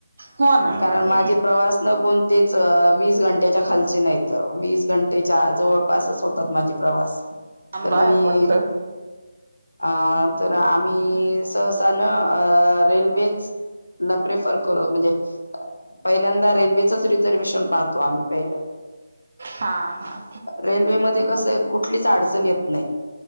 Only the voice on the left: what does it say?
कारण
माझे प्रवास न कोण- वीस वीस घंटेच्या खालचे नाहीत. वीस घंटेच्या जवळपासच होतात माझे प्रवास.
तर
मी
अ-आ-तर आम्ही सहसाना- अ रेल्वे ला प्रेफर करू अ-म्हणजे पहिल्यांदा रेल्वे. रिझर्वे्शन पाहतो आम्ही पहिलं.
रेल्वेमध्ये कस कुठलीच अडचण येत नाही.